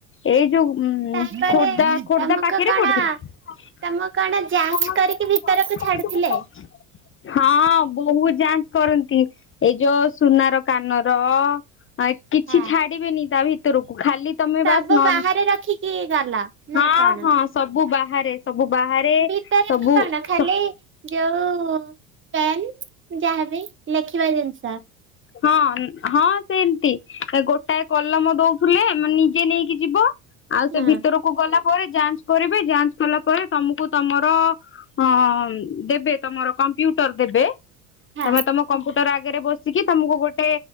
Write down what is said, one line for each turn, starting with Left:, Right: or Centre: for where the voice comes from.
Left: ଏଇ ଯୋଉ ଉଁ
Right: ତାପରେ
Left: ଖୋର୍ଦ୍ଦା ଖୋର୍ଦ୍ଦା
Right: ତମକୁ
Left: ପାଖେରେ
Right: କଣ
Left: ପଡ଼ିଥିଲେ। ତମେ
Right: ତମକୁ କଣ ଯାଞ୍ଚ କରିକି
Left: ତମ <unintelligible>
Right: ଭିତରକୁ
Left: ସାଙ୍ଗେରେ ପକେଇ
Right: ଛାଡୁଥିଲେ?
Left: ହଁ ବୋହୁତ ଯାଞ୍ଚ କରନ୍ତି ଏଇ ଯୋଉ ସୁନାର କାନର ଆଏ କିଛି
Right: ହଁ
Left: ଛାଡି଼ବେନି ତା ଭିତରକୁ ଖାଲି ତମେ
Right: ସବୁ
Left: ବାସ୍ ନନ୍
Right: ବାହାରେ ରଖିକି ଗଲ ନା
Left: ହଁ
Right: କଣ?
Left: ହଁ ସବୁ ବାହାରେ। ସବୁ ବାହାରେ
Right: ଭିତରକୁ
Left: ସବୁ
Right: କଣ ଖାଲି
Left: ତ
Right: ଯୋଉ ପେନ୍ ଯାହା ବି ଲେଖିବା ଜିନିଷ।
Left: ହଁ ହଁ ସେମତି ଗୋଟାଏ କଲମ ଦଉଥୁଲେ ମ ନିଜେ ନେଇକି ଯିବ। ଆଉ
Right: ହଁ
Left: ସେ ଭିତରକୁ ଗଲା ପରେ ଯାଞ୍ଚ କରିବେ ଯାଞ୍ଚ କଲା ପରେ ତମୁକୁ ତମର ହଁ ଦେବେ ତମର କମ୍ପ୍ୟୁଟର ଦେବେ।
Right: ହଁ
Left: ତମେ ତମ କମ୍ପ୍ୟୁଟର ଆଗରେ ବସିକି ତମୁକୁ ଗୋଟେ